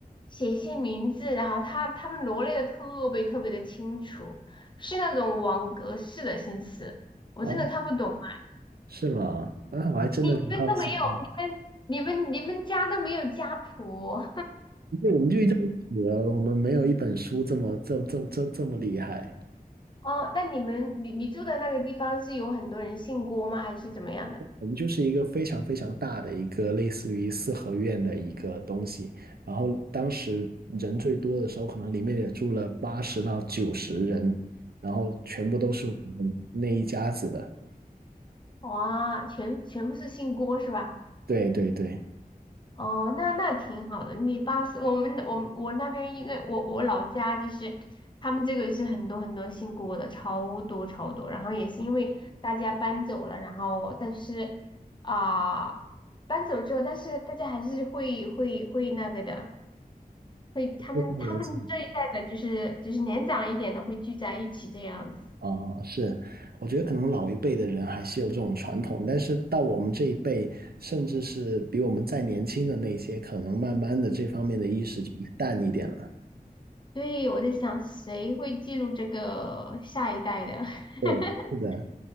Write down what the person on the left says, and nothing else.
写一些名字，然后他他们罗列的特别特别的清楚，是那种网格式的形式，我真的看不懂啊。
你你们都没有，
你们你们你们家都没有家谱。
哦，那你们你你住的那个地方是有很多人姓郭吗？还是怎么样的？
哇，全全部是姓郭是吧？
哦，那那挺好的。你爸是我们我们我那边一个，我我老家就是他们这个是很多很多姓郭的，超多超多。然后也是因为大家搬走了，然后但是啊、搬走之后，但是大家还是会会会那个的，会他们他们这一代的就是就是年长一点的会聚在一起这样子。
对，我在想谁会记录这个下一代的，
<laughs>